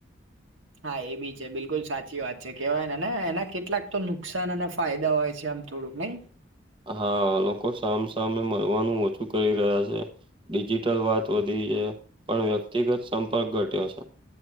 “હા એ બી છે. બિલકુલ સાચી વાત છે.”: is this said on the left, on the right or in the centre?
Right